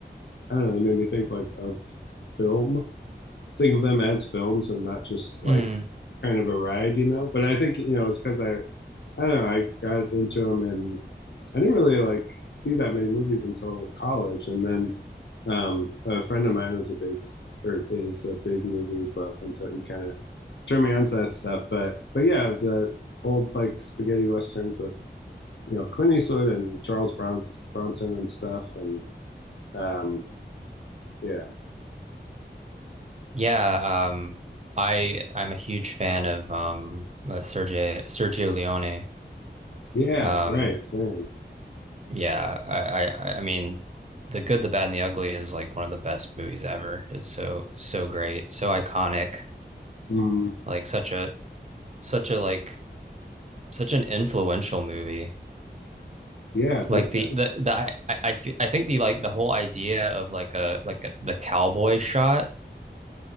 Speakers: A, on the left (about 75°); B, on the right (about 40°).
A: I don't know. They made me think like of film think of them as films and not just like
B: Mm,
A: kind of a ride, you know. But I think you know it's because I I don't know I got into them and I didn't really like see that many movies until college, and then um, a friend of mine was a big or is a big movie buff, and so he kind of turned me on to that stuff. But but yeah, the old like spaghetti westerns with you know Clint Eastwood and Charles Bronson and stuff, and um, yeah,
B: yeah, um I I'm a huge fan of um uh, Sergio Sergio Leone.
A: yeah,
B: Um
A: right, same,
B: yeah, I, I I mean The Good, the Bad and the Ugly is like one of the best movies ever. It's so so great, so iconic,
A: mm,
B: like such a such a like such an influential movie.
A: yeah,
B: Like
A: big time.
B: the the the I I I, th I think the like the whole idea of like a like a, the cowboy shot